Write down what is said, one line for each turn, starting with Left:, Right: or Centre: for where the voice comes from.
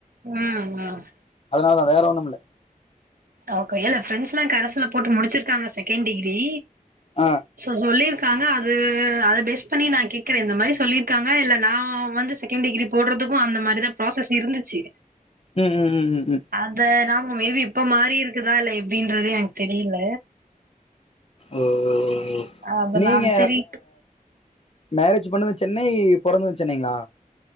Right: உம் உம்
Left: அதனாலதா வேற ஒண்ணுமில்ல
Right: ஓகே இல்ல ஃப்ரெண்ட்ஸ்லா கரஸ்ல போட்டு முடுச்சுருக்காங்க செகண்ட் டிகிரி
Left: ஆ
Right: சோ சொல்லிரு காங்க அது அத பேஸ் பண்ணி நா கேக்குறே இந்த மாரி சொல்லிருக்காங்க இல்ல நா வந்து செகண்ட் டிகிரி போட்றதுக்கு அந்த மாரி தா ப்ராசஸ் இருந்துச்சு
Left: ம் ம் ம் ம் ம்
Right: அத நாம் மேபி இப்ப மாறி இருக்குதா இல்ல எப்டின்றது எனக்கு தெரில
Left: ஓ ஓ
Right: அத
Left: நீங்க
Right: நான் சரி
Left: மேரேஜ் பண்ணது சென்னை பொறந்தது சென்னைங்ளா